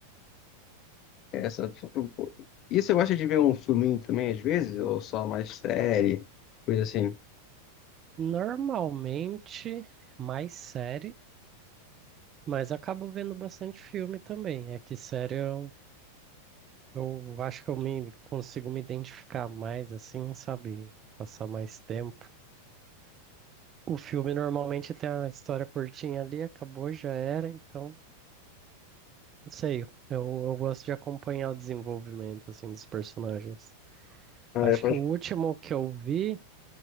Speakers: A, on the left; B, on the right.
A: Essa... E você gosta de ver um filminho também às vezes? Ou só mais série, coisa assim?
B: Normalmente mais série, mas acabo vendo bastante filme também. É que série eu, eu acho que eu me consigo me identificar mais assim, sabe? Passar mais tempo. O filme normalmente tem uma história curtinha ali, acabou, já era, então Sei, eu, eu gosto de acompanhar o desenvolvimento assim dos personagens.
A: Ah,
B: Acho
A: eu gosto
B: que o último
A: de
B: que eu vi